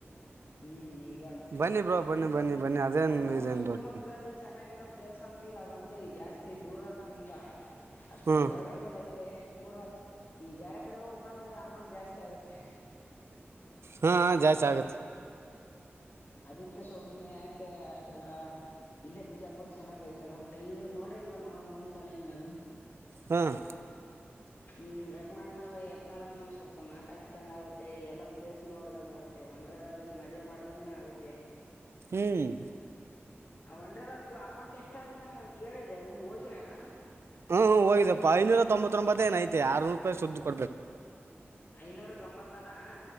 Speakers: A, on the left (about 45°); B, on the right (about 65°).
A: ಹ್ಮ್ ಈಗ
B: ಬನ್ನಿ ಬ್ರೋ
A: ನಮ್ಮ
B: ಬನ್ನಿ
A: ಊರು
B: ಬನ್ನಿ ಬನ್ನಿ ಅದೇನ್
A: ನಮ್ಮ
B: ಇದೇನ್
A: ರು ಸುತ್ತಮುತ್ತದಲ್ಲಿ
B: ದೊಡ್ಡ
A: ಚೆನ್ನಾಗಿರ ಪ್ಲೇಸ್ ಅಂದ್ರೆ ಈಗ ಅದೊಂದೇ ಈಗ ಜಾಸ್ತಿ ದೂರನೂ ಇಲ್ಲ ಅಷ್ಟೇ
B: ಹ್ಮ್
A: ಒಂದ್ವರೇಜ್ ಎಲ್ಲ ಐ ಮತ್ತ ಪೂರಾ ಈಗ ಬೇರೆ ಕಡೆ ಹೋಗ್ಬೇಕಂದ್ರೆ ಅಮೌಂಟ್ ಜಾಸ್ತಿ ಆಗತ್ತೆ
B: ಹಾ ಜಾಸ್ತಿ ಆಗತ್ತೆ
A: ಅದಕ್ಕೆ ಸೋಸಮನೆ ಯಾಕೆ ಅಷ್ಟೆಲ್ಲ ಇಲ್ಲೇ ಬಿಜಾಪುರ್ ಚೆನ್ನಾಗೈತಲ್ಲ ಅಂತ ಈಗ ನೋಡ ಇಲ್ಲ ನಾವು ಒಂದ್ಸಲೆಯಿಂದಾನ
B: ಹ್ಮ್
A: ನಿಮ್ ರೆಕಮೆಂಡ್ ಮೇ ಎತ್ನಾಳಗ ಸ್ವಲ್ಪ ಮಾತಾಡಿಸ್ದಂಗ ಆಗುತ್ತೆ ಎಲ್ಲ ಪ್ಲೇಸ್ ನೋಡ್ದಂಗ ಆುತ್ತೆ ಒ ದಲ್ಲಿ ಮಜಾ ಮಾಡ್ದಂಗನ ಆಗುತ್ತೆ
B: ಹ್ಮ್
A: ಒನಲ್ಲ ಅಮೌಂಟ್ ಎಷ್ಟು ಅದ ಕೇಳಿದೆ ನೀವು ಹೋಗಿರ ನಾನ
B: ಹ್ಮ್ ಹ್ಮ ಹೋಗಪ್ಪ ಐನೂರ ತೊತ್ತ್ತ ರೊಂಬತ್ತ ಏನ ಐತಿ ಆರುನೂರು ರೂಪಾಯಿ ಸುದ್ದು ಕೊಡ್ಬೇಕು
A: ಐನೂರ ತೊಂಬತ್ತದಣ